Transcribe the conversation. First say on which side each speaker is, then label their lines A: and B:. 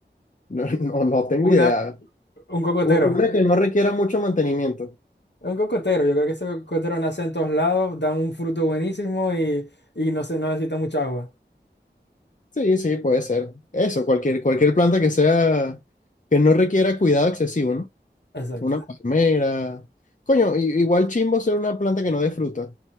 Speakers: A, on the left (about 45°); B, on the left (about 65°).
A: no, no, no tengo
B: una,
A: idea.
B: un cocotero,
A: U- Una que no requiera mucho mantenimiento.
B: un cocotero. Yo creo que ese cocotero nace en todos lados, da un fruto buenísimo y, y no se, no necesita mucha agua.
A: Sí, sí, puede ser. Eso, cualquier, cualquier planta que sea, que no requiera cuidado excesivo, ¿no?
B: Exacto,
A: Una palmera. Coño, i- igual chimbo ser una planta que no dé fruta.